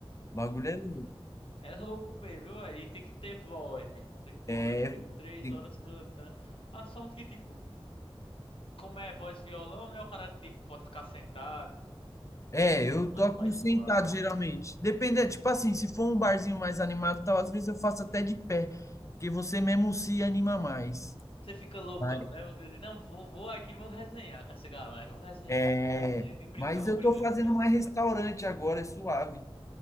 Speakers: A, on the left; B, on the left.
A: O bagulho é louco.
B: É louco mesmo, viu, velho? E tem que ter voz, meu irmão. Tem que ter
A: É,
B: voz, porque três
A: Tem-
B: horas cantando. A sorte que, tipo, como é voz violão, né? O cara, tipo, pode ficar sentado,
A: É, eu
B: tocando
A: toco
B: mais
A: sentado
B: suave.
A: geralmente. Depende, é, tipo assim, se for um barzinho mais animado, e tal, às vezes eu faço até de pé, porque você mesmo se anima mais.
B: Você fica loucão,
A: Mas,
B: né? Você diz, não, vou, vou aqui, vou resenhar com essa galera, vou resenhar.
A: é,
B: Eu Gosto de, de brincar,
A: mas
B: vou
A: eu
B: brincar
A: tô fazendo
B: com essa galera.
A: mais restaurante agora, é suave.